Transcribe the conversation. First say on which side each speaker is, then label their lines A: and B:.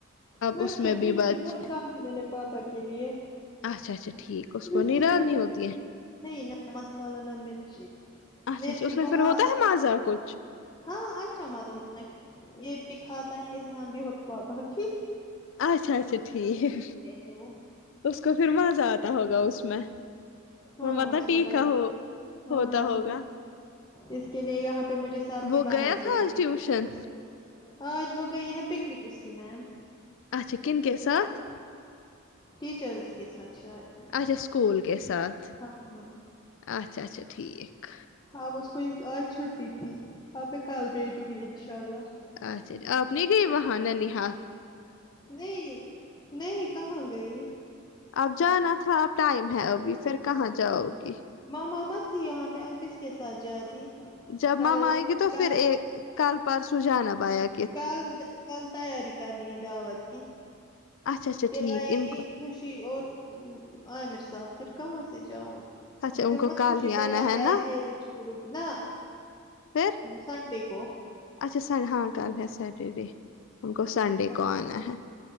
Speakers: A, on the left; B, on the left.
A: میں
B: اس
A: اب کہ مرچی
B: بھی بچ
A: بہت ڈالی میں نے پاپا کے لیے
B: اچھا اچھا ٹھیک اس
A: مرچی
B: کو نڈال
A: کے
B: نہیں ہوتی ہے
A: نہیں نہ مسالہ نہ مرچی
B: اچھا
A: مرچی
B: اچھا اس میں
A: بہت
B: پھر ہوتا مزہ کچھ
A: ہاں اچھا مت ہوتا ہے یے بھی کھاتا ہے اذہان بھی ہونے کو آتا ہے
B: اچھا اچھا ٹھیک
A: ہیں وہ
B: اس کو پھر مزہ آتا ہوگا اس میں <unintelligible>
A: ہاں اس کو لگ ہاں
B: ہوتا ہوگا
A: اس کے لیے یہاں پے مجھے سبزی
B: وہ
A: بنا
B: گیا
A: کے
B: تھا
A: یے
B: آج
A: ہوتی
B: ٹیوشن
A: ہے آج وہ گئی ہے پکنک اس کی میم
B: اچھا کن کے ساتھ
A: ٹیچرز کے ساتھ شاید
B: اسکول کے ساتھ
A: ہاں ہاں
B: اچھا اچھا ٹھیک
A: اب اس کو آج چھٹی تھی اب میں کل بھیجوں گی انشاء اللہ
B: اچھا چھا آپ نہیں گئی وہاں ننھیال
A: نہیں نہیں کہاں گئی
B: اب جانا تھا اب ٹائم ہے ابھی پھر کہاں جاؤ گی
A: ماما مت تھی یہاں پہ اب کس کے ساتھ جاتی
B: جب
A: کل
B: ماما آئے گی تو
A: کل
B: پھر یے کل پرسوں جانا یایا
A: کل کل تیاری کرنی ہے دعوت کی
B: اچھا اچھا
A: پھر
B: ٹھیک
A: آئے
B: ان
A: گی
B: کو
A: خوشی اور وہ آمیر صاحب پھر کہاں سے جاؤں گی
B: اچھا
A: پھر
B: ان کو
A: مت
B: کل
A: خوشی
B: ہی
A: کو
B: آنا
A: یہاں پے
B: ہے نا
A: اکیلے چھوڑو گی نا
B: پھر
A: سنڈے کو
B: اچھا سن ہاں کل ہے سیٹرڈے ان کو سنڈے
A: سن-
B: کو آنا ہے